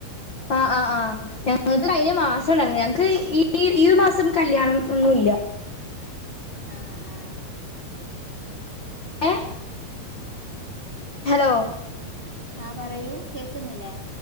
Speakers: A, on the left; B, on the right.
A: ആ ആ ആ ഞങ്ങക്ക് കഴിഞ്ഞമാസം ഉണ്ടായിരുന്നു ഞങ്ങക്ക് ഈ ഒരുമാസം കല്യാണം ഒന്നൂല്ല
B: ആ ആ
A: ഏ ഹലോ
B: ആ പറയൂ കേൾക്ക്ന്നില്ലേ